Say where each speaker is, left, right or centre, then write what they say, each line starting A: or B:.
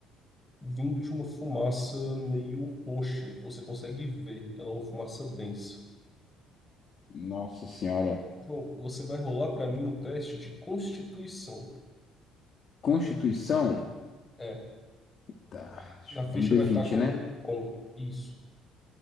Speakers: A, on the left; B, on the left.
A: vindo de uma fumaça meio roxa, que você consegue ver. Ela é uma fumaça densa.
B: Nossa Senhora.
A: João, você vai rolar para mim um teste de constituição.
B: Constituição?
A: É,
B: Tá, deixa
A: na ficha
B: eu ver, é um d
A: vai
B: vinte
A: estar como
B: né?
A: com. Isso.